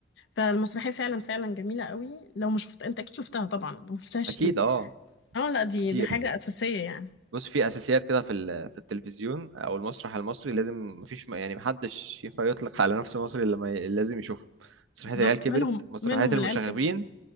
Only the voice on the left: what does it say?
فالمسرحيه فعلا فعلا جميله قوي لو ما شفت انت اكيد شفتها طبعا ما شفتهاش
ايه
اه لا دي
دي حاجه اساسيه يعني
بالظبط
منهم
منهم
العيال كانت